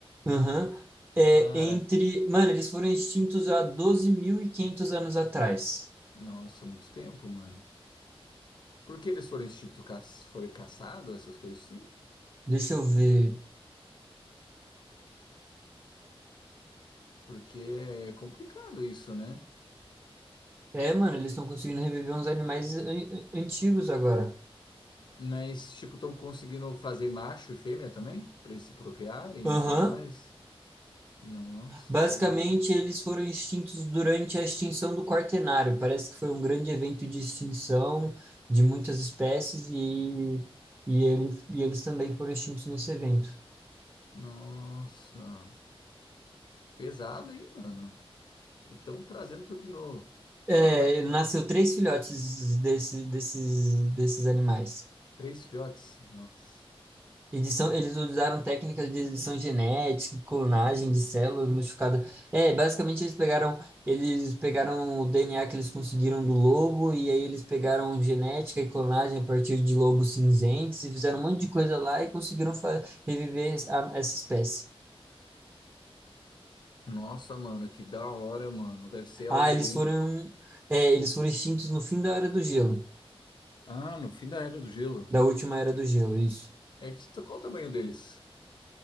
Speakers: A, on the right; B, on the left.
A: Aham. É,
B: Ah,
A: entre. Mano, eles foram extintos há 12.500 anos atrás.
B: nossa, muito tempo, mano. Por que eles foram institu ca- foram caçados, essas coisas assim?
A: Deixa eu ver.
B: Porque é complicado isso, né?
A: É, mano, eles estão conseguindo reviver uns animais an- an- antigos agora.
B: Mas, tipo, estão conseguindo fazer macho e fêmea também? Pra eles se procriarem
A: Aham.
B: e tudo mais? Nossa,
A: Basicamente,
B: mano.
A: eles foram extintos durante a extinção do Quaternário. Parece que foi um grande evento de extinção de muitas espécies e, e, ele, e eles também foram extintos nesse evento.
B: Nossa. Pesado, hein, mano? Então, trazendo tudo de novo.
A: É,
B: Mano, ma- ma-
A: nasceu três filhotes desse, desses, desses animais.
B: três filhotes. Nossa.
A: Edição, eles usaram técnicas de edição genética, clonagem de células modificadas. É, basicamente eles pegaram, eles pegaram o DNA que eles conseguiram do lobo e aí eles pegaram genética e clonagem a partir de lobos cinzentos e fizeram um monte de coisa lá e conseguiram fa- reviver es- a- essa espécie.
B: Nossa, mano, que da hora, mano. Deve ser algo
A: Ah, eles
B: bem.
A: foram, é, eles foram extintos no fim da era do gelo,
B: Ah, no fim da Era do Gelo.
A: da última era do gelo, isso.
B: É que t- qual o tamanho deles?